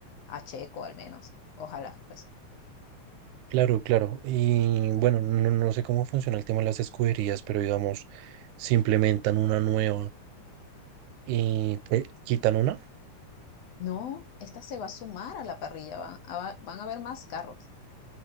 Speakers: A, on the left; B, on the right.
A: a Checo al menos. Ojalá, pues.
B: Claro, claro. Y bueno, no, no sé cómo funciona el tema de las escuderías, pero digamos, si implementan una nueva y te quitan una,
A: No, esta se va a sumar a la parrilla, van a, va- van a haber más carros.